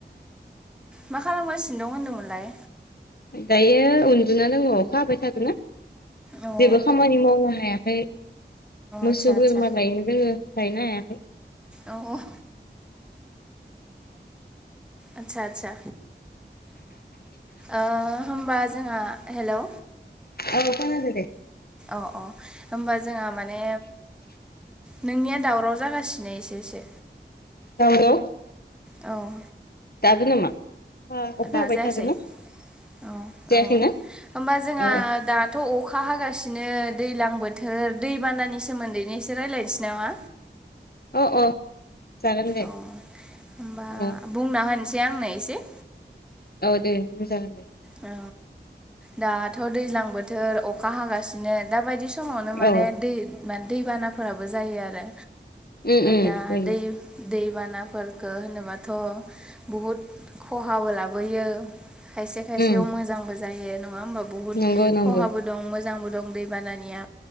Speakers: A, in the centre; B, on the left (about 55°).
A: मा खालामगासिनो दं होनदोंमोनलाय।
B: दायो उन्दुना दङ अखा हाबाय थादो ना
A: अ औ
B: जेबो खामानि मावनो हायाखै मोसौ
A: आदसा आदसा
B: बोरमालायनो दोङो लाइनो हायाखै
A: औ औ आदसा आदसा ओ होमबा जोंहा हेलौ
B: औ खोनादों दे
A: औ अ होमबा जोंहा माने नोंनिया दावराव जागासिनो एसे एसे
B: नंगौ।
A: औ
B: दाबो नामा अखा अखा
A: दााजायासै
B: हाबाय थादोंना
A: औ
B: जायाखैना
A: औ होनोमबा जोंहा
B: अ
A: दाथ' अखा हागासिनो दैज्लां बोथोर दैबानानि सोमोन्दैनो एसे रायज्लायनोसै नामा?
B: अ अ जागोन दे।
A: अ होमबा
B: औ
A: बुंना होनोसै आंनो एसे
B: औ दे बुं जागोन
A: औ दाथ' दैज्लां बोथोर अखा हागासिनो दा बायदि समावनो माने
B: औ
A: दै माने दैबानाफोराबो जायो आरो।
B: उम उम
A: दा
B: जायो
A: दै दैबानाफोरफोरखौ होनोबाथ' बुहुद खहाबो लाबोयो खायसे
B: उम
A: बेयाव मोजांबो जायो नङा होमबा बुहुत
B: नंगौ नंगौ
A: खहाबो दं मोजांबो दं दै बानिया